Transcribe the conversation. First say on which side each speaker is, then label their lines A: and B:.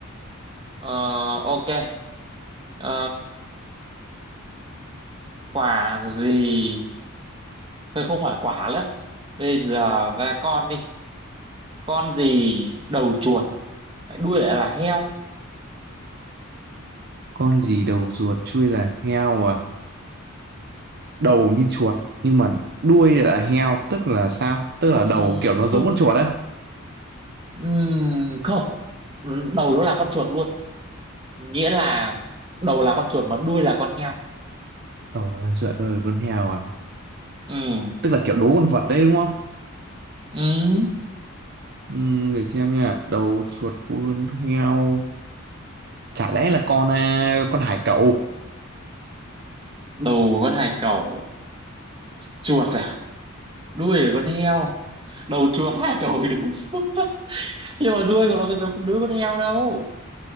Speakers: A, on the right (about 25°); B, on the right (about 50°).
A: ờ ok ờ, quả gì tôi không hỏi quả nữa bây giờ ra con đi con gì đầu chuột lại đuôi lại là heo
B: con gì đầu ruột chui là heo à đầu như chuột nhưng mà đuôi là heo tức là sao tức là
A: không
B: đầu kiểu nó
A: không
B: giống con chuột á
A: ừm, không đầu nó là con chuột luôn nghĩa là đầu là con chuột mà đuôi là con heo
B: đầu là chuột đuôi là con heo à
A: Ừm,
B: tức là kiểu đố con vật đấy đúng không
A: ừm,
B: Ừm, để xem nha đầu chuột đuôi con heo chả lẽ là con à, con hải cẩu
A: đầu con hải cẩu chuột à đuôi là con heo đầu chuột hải cẩu thì đúng <laughs> nhưng mà đuôi của nó có giống đuôi con heo đâu